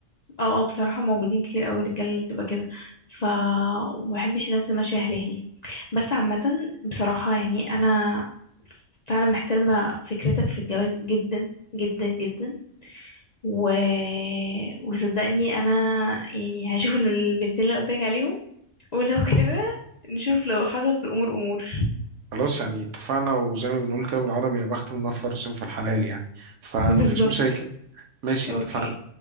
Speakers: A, on the left (about 55°); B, on the right (about 70°).
A: اه اه بصراحة موجودين كتير قوي الرجالة اللي بتبقى كده ف ومبحبش الناس اللي ماشية هلهلي بس عامة بصراحة يعني أنا فعلا محترمة فكرتك في الجواز جدا جدا جدا و... وصدقني أنا يعني هشوف البنتين اللي قلتلك عليهم ولو كده نشوف لو حصل في الأمور أمور
B: خلاص يعني اتفقنا وزي ما بنقول كده بالعربي يا بخت من نفر في الحلال يعني فمفيش
A: <laughs> بالظبط
B: مشاكل ماشي
A: اوكي
B: اتفقنا